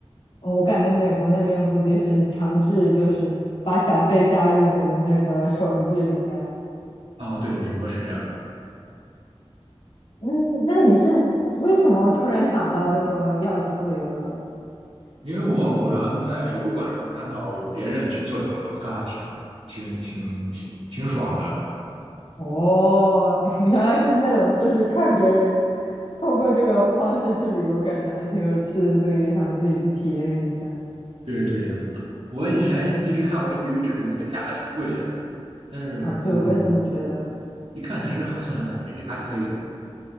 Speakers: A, on the left; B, on the right.
A: 我感觉美国那边估计是强制，就是把小费加入你的那个收据里面。
B: 啊，对，美国是这样。
A: 嗯，那你是为什么突然想到就说要去坐游轮啊？
B: 因为我偶然在油管上看到有别人去坐游轮，我看还挺挺挺挺爽的。
A: 哦，<laughs> 原来是那种就是看别人通过这个方式去旅游，感觉还挺有趣的，所以也想自己去体验一下。
B: 对对，我以前一直看，我以为这种应该价格挺贵的，但是嗯，
A: 啊，对，我也这么觉得。
B: 一看其实好像也还可以，